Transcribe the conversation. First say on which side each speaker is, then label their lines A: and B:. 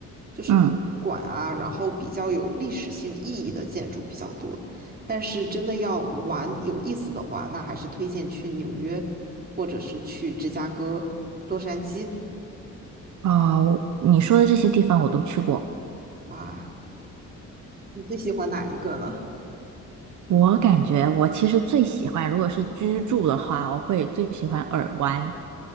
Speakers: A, on the right; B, on the right.
A: 就是博物馆啊，
B: 嗯，
A: 然后比较有历史性意义的建筑比较多。但是真的要玩有意思的话，那还是推荐去纽约，或者是去芝加哥、洛杉矶。
B: 哦，你说的这些地方我都去过。
A: 哇，你最喜欢哪一个呢？
B: 我感觉我其实最喜欢，如果是居住的话，我会最喜欢尔湾。